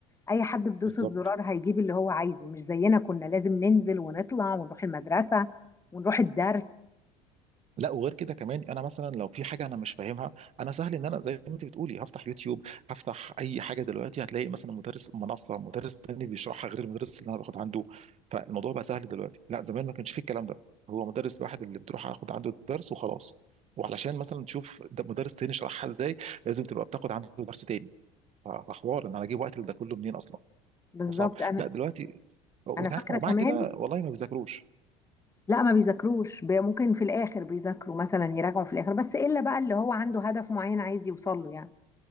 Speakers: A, on the left; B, on the right.
A: اي حد بدوسة
B: بالظبط
A: زرار هيجيب اللي هو عايزه مش زينا كنا لازم ننزل ونطلع ونروح المدرسة ونروح الدرس
B: لا وغير كده كمان انا مثلا لو في حاجه انا مش فاهمها انا سهل ان انا زي ما انت بتقولي هفتح يوتيوب هفتح اي حاجه دلوقتي هتلاقي مثلا مدرس منصه مدرس تاني بيشرحها غير المدرس اللي انا باخد عنده فالموضوع بقى سهل دلوقتي لا زمان ما كانش فيه الكلام ده هو مدرس واحد اللي بتروح اخد عنده الدرس وخلاص وعلشان مثلا تشوف ده مدرس تاني شرحها ازاي لازم تبقى بتاخد عنده درس تاني ف- فحوار ان انا اجيب وقت لده كله منين اصلا
A: بالظبط
B: فصعب
A: انا
B: لا دلوقتي وتعرف
A: انا فاكرة
B: ومع
A: كمان
B: كده والله ما بيذاكروش
A: لا ما بيذاكروش بي- ممكن في الاخر بيذاكروا مثلا يراجعوا في الاخر بس الا بقى اللي هو عنده هدف معين عايز يوصل له يعني